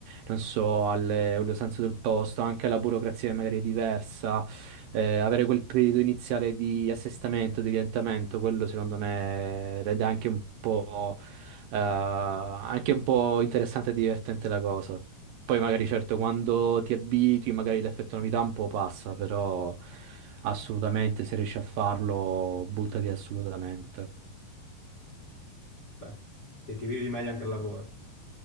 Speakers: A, on the right (about 75°); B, on the left (about 80°).
A: non so, alle, alle usanze del posto, anche alla burocrazia che magari è diversa, eh, avere quel periodo iniziale di assestamento, di orientamento, quello secondo me rende anche un po', eh, anche un po' interessante e divertente la cosa. Poi magari certo quando ti abitui magari l'effetto novità un po' passa, però assolutamente se riesci a farlo buttati assolutamente.
B: Beh, se ti vivi meglio anche al lavoro.